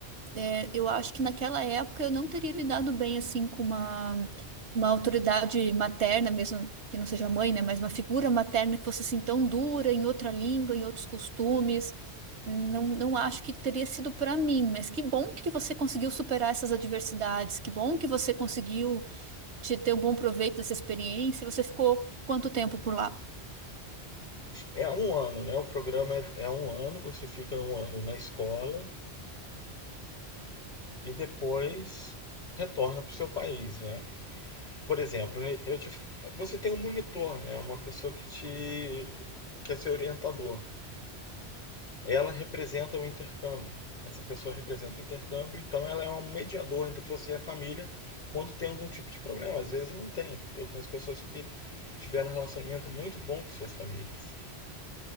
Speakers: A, on the right (about 80°); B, on the left (about 45°).
A: É, eu acho que naquela época eu não teria lidado bem assim com uma, uma autoridade materna, mesmo que não seja mãe, né? Mas uma figura materna que fosse assim tão dura em outra língua, em outros costumes. Não, não acho que teria sido para mim, mas que bom que você conseguiu superar essas adversidades, que bom que você conseguiu te ter um bom proveito dessa experiência. Você ficou quanto tempo por lá?
B: É um ano, né? O programa é, é um ano, você fica um ano na escola e depois retorna para o seu país, né? Por exemplo, né, eu te- você tem um monitor, né? Uma pessoa que te que é seu orientador. Ela representa o intercâmbio. Essa pessoa representa o intercâmbio, então ela é um mediador entre você e a família quando tem algum tipo de problema. Às vezes não tem. Eu conheço pessoas que tiveram um relacionamento muito bom com suas famílias.